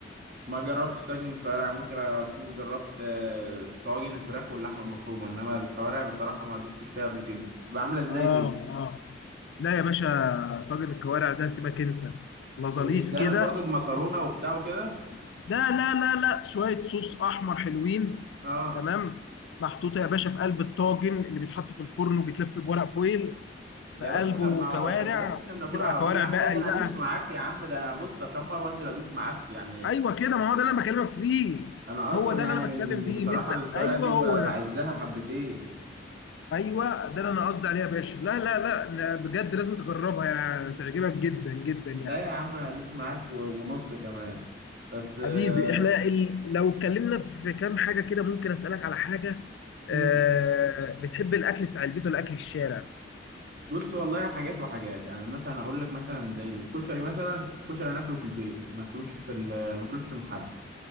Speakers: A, on the right; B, on the left.
A: ما جربتش طاجن الكوارع ممكن اكون جربت آه، طواجن الفراخ واللحمه المفرومه انما الكوارع بصراحه ما دوستش فيها قبل كده بتبقى عامله ازاي
B: اه
A: دي
B: اه لا يا باشا طاجن الكوارع ده سيبك انت لازاليس
A: بيتعمل
B: كده
A: برضو بمكرونه وبتاع وكده
B: لا لا لا لا شوية صوص أحمر حلوين
A: اه
B: تمام محطوطة يا باشا في قلب الطاجن اللي بيتحط في الفرن وبيتلف بورق فويل
A: يا
B: في قلبه
A: باشا طب ما
B: كوارع
A: طب ما ده اللي احنا بناكلها
B: بتبقى
A: على
B: كوارع
A: طول يا عم
B: بقري
A: لا ده انا
B: بقى
A: ادوس معاك يا عم ده انا بص اشمر وانزل ادوس معاك يعني
B: أيوه كده ما هو ده اللي أنا بكلمك فيه
A: انا
B: هو
A: اصلا
B: ده
A: يعني
B: اللي أنا
A: من
B: بتكلم فيه
A: بصراحه
B: إن أنت
A: الكوارع
B: أيوه
A: دي
B: هو
A: ب-
B: ده
A: بعزها حبتين
B: أيوه ده اللي أنا قصدي عليه يا باشا لا لا لا لا، بجد لازم تجربها يعني تعجبك جدا جدا
A: لا
B: يعني
A: يا عم انا ادوس معاك و- ونص كمان بس آه،
B: حبيبي احنا ال... لو اتكلمنا في كام حاجة كده ممكن اسألك على حاجة
A: مم.
B: آه... بتحب الأكل بتاع البيت ولا أكل الشارع؟
A: بص والله حاجات وحاجات يعني مثلا اقول لك مثلا زي الكشري مثلا الكشري انا اكله في البيت ماكلوش في ال- ماكلوش في المحل